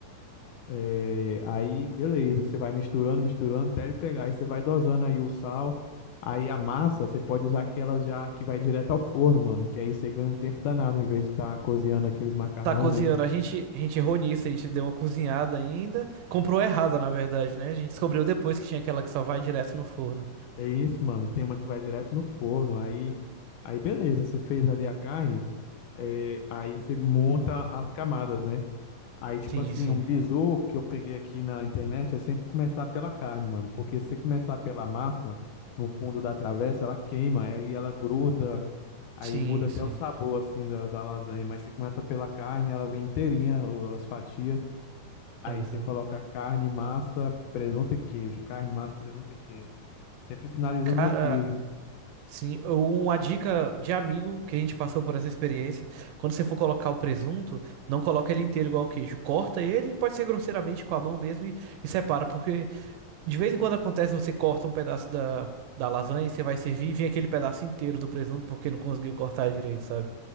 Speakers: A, on the left (about 75°); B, on the right (about 80°).
A: É, aí, beleza, você vai misturando, misturando, até ele pegar. Aí você vai dosando aí o sal. Aí a massa, você pode usar aquelas já que vai direto ao forno, mano. Que aí você ganha um tempo danado, em vez de estar cozinhando aqueles macarrão,
B: Tá cozinhando,
A: né?
B: a gente, a gente errou nisso, a gente deu uma cozinhada ainda. Comprou errada, na verdade, né? A gente descobriu depois que tinha aquela que só vai direto no forno.
A: É isso, mano. Tem uma que vai direto no forno. Aí, aí beleza, você fez ali a carne. é, aí você monta as camadas, né? Aí, tipo
B: Sim,
A: assim,
B: sim.
A: um bizu que eu peguei aqui na internet é sempre começar pela carne, mano. Porque se você começar pela massa, no fundo da travessa, ela queima, aí ela gruda, aí
B: Sim,
A: muda até
B: sim.
A: o sabor, assim, da, da lasanha. Mas você começa pela carne, ela vem inteirinha, ou as fatias. Aí
B: Aham.
A: você coloca carne, massa, presunto e queijo. Carne, massa, presunto e queijo. Sempre finalizando
B: Cara,
A: no queijo.
B: Sim, uma dica de amigo que a gente passou por essa experiência. Quando você for colocar o presunto, não coloca ele inteiro igual o queijo. Corta ele, pode ser grosseiramente com a mão mesmo e, e separa, porque de vez em quando acontece você corta um pedaço da, da lasanha e você vai servir e vem aquele pedaço inteiro do presunto porque não conseguiu cortar direito, sabe?